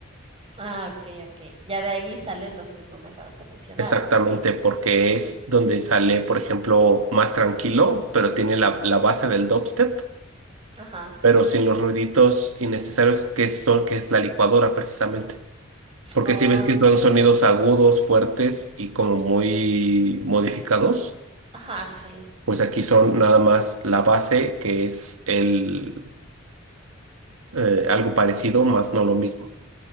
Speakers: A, on the right; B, on the right.
A: Ah, ok, ok. Ya de ahí salen los que tú me acabas de mencionar,
B: exactamente,
A: ¿no?
B: porque es donde sale, por ejemplo, más tranquilo, pero tiene la, la base del dubstep,
A: Ajá.
B: pero sin los ruiditos innecesarios que son, que es la licuadora, precisamente. Porque
A: Oh,
B: si ves que
A: entiendo.
B: son sonidos agudos, fuertes y como muy modificados,
A: Ajá, sí.
B: pues aquí son nada más la base, que es el eh, algo parecido, más no lo mismo.